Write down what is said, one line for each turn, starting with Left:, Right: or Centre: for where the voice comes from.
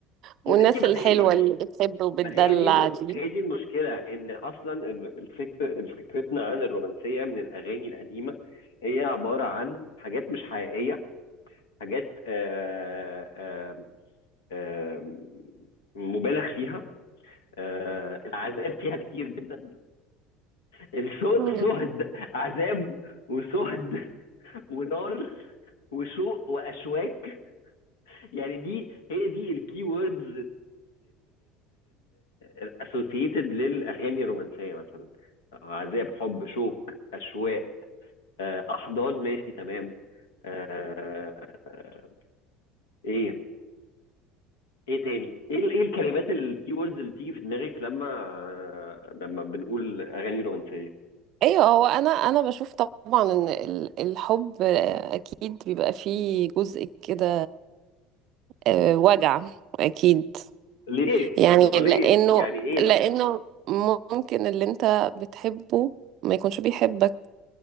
Right: والناس
Left: يا بنتي ما
Right: الحلوة
Left: هي دي المش...
Right: اللي بتحب وبتدلع
Left: ما هي دي الم...
Right: دي
Left: هي دي المشكله ان اصلا ال- الفكر فكرتنا عن الرومانسيه من الاغاني القديمه هي عباره عن حاجات مش حقيقيه حاجات آه آه آه مبالغ فيها آه العذاب فيها كتير جدا السهد
Right: مم.
Left: عذاب وسهد ونار وشوق واشواك يعني دي هي دي الكي ووردز الاسوسييتد للاغاني الرومانسيه مثلا آه، عذاب حب شوق اشواق آه، احضان ماشي تمام آه، آه، ايه ايه تاني ايه ال- ايه الكلمات الكي ووردز اللي بتيجي في دماغك لما لما بنقول اغاني رومانسيه
Right: ايوه هو انا انا بشوف طبعا ان ال- الحب اكيد بيبقى فيه جزء كده آه، وجع اكيد
Left: ليه
Right: يعني
Left: ما
Right: لانه
Left: هو ليه يعني ايه
Right: لانه
Left: بقى
Right: ممكن اللي انت بتحبه ما يكونش بيحبك